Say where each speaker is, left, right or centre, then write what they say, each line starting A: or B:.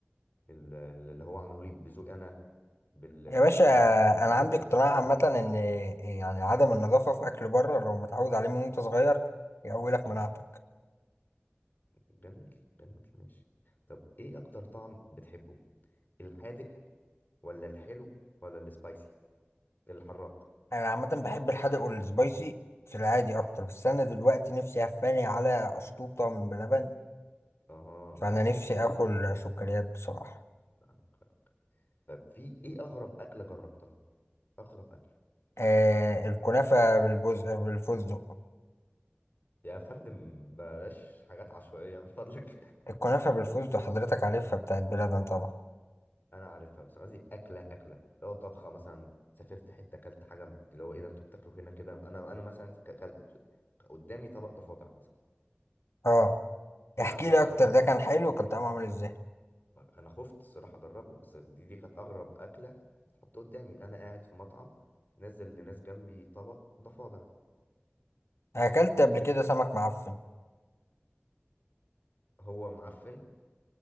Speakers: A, on the left; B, on the left.
A: ال- اللي هو عامله لي بذوقي انا بال-
B: يا باشا
A: بالملح اللي انا
B: انا
A: بحبه
B: عندي اقتناع
A: والفلفل اللي
B: عامه
A: انا بحبه
B: ان يعني عدم النظافه في اكل بره لو متعود عليه من وانت صغير يقوي لك
A: مم.
B: مناعتك
A: جميل جميل ماشي طب ايه اكتر طعم بتحبه الحادق ولا الحلو ولا السبايسي الحراق
B: انا عامه بحب الحادق والسبايسي في العادي اكتر بس انا دلوقتي نفسي هفاني على اشطوطه من بلبن
A: اها
B: فانا
A: اها
B: نفسي
A: فاهمك،
B: اكل سكريات بصراحه
A: فاهمك. طب في ايه اغرب اكله جربتها اغرب اكله
B: آه الكنافه بالبز... بالفستق
A: يا فندم بلاش حاجات عشوائية من فضلك
B: الكنافه بالفستق حضرتك عارفها بتاعت بلبن طبعا
A: <laughs> أنا عارفها بس أنا قصدي أكلة أكلة لو طبخة مثلا سافرت حتة أكلت حاجة اللي هو إيه ده أنتوا بتاكلوا هنا كده أنا أنا مثلا ك- كل- قدامي طبق ضفادع مثلا
B: اه
A: دي
B: احكي
A: أقرب
B: لي اكتر
A: دي أغرب
B: ده كان حلو كان طعمه عامل ازاي
A: أنا خفت الصراحة أجربه بس دي دي كانت أغرب أكلة اتحط قدامي أنا قاعد في مطعم نزل لناس جنبي طبق ضفادع
B: اكلت قبل كده سمك معفن
A: هو معفن